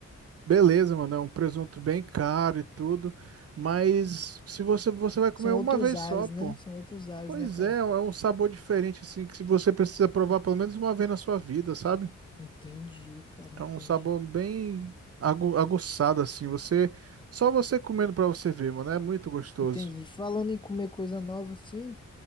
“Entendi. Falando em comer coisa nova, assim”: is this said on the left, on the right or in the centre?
Left